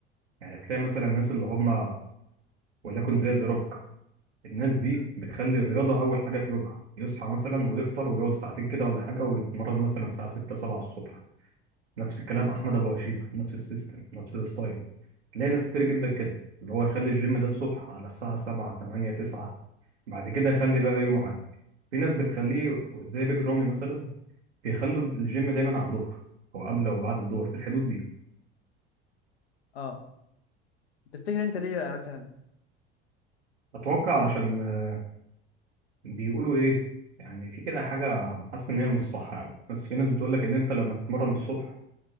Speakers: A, on the right; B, on the left.
A: يعني تلاقي مثلا الناس اللي هم وليكن زي زروك الناس دي
B: امم
A: بتخلي الرياضه اول حاجه في يومها يصحى مثلا ويفطر ويقعد ساعتين كده ولا حاجه ويتمرن مثلا الساعه 6 7 الصبح نفس الكلام احمد ابو هشيمه نفس السيستم نفس الستايل تلاقي ناس كتير جدا كده اللي هو يخلي الجيم ده الصبح على الساعه 7 8 9 بعد كده خلي بقى يوم عادي في ناس بتخليه زي بيج رامي مثلا بيخلوا الجيم دايما على الظهر او قبل او بعد الظهر في الحدود دي
B: اه تفتكر انت ليه بقى مثلا
A: اتوقع علشان آه، بيقولوا ايه يعني في كده حاجه حاسس ان هي مش صح قوي بس في ناس بتقول لك ان انت لما تتمرن الصبح